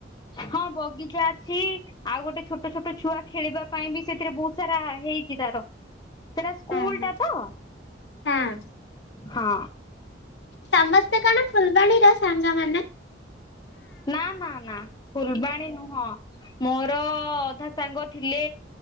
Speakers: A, on the left (about 20°); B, on the left (about 70°).
A: ହଁ ବଗିଚା ଅଛି ଆଉ ଗୋଟେ ଛୋଟ ଛୋଟ ଛୁଆ ଖେଳିବା ପାଇଁ ବି ସେଥିରେ ବହୁତ ସାରା ହେଇଛି ତାର ସେଟା ସ୍କୁଲ୍
B: ହଁ ହଁ
A: ଟା ତ।
B: ହଁ
A: ହଁ।
B: ସମସ୍ତେ କଣ ଫୁଲବାଣୀ ର ସାଙ୍ଗ ମାନେ?
A: ନାଁ ନାଁ ନାଁ ଫୁଲବାଣୀ ନୁହଁ। ମୋର ଅଧା ସାଙ୍ଗ ଥିଲେ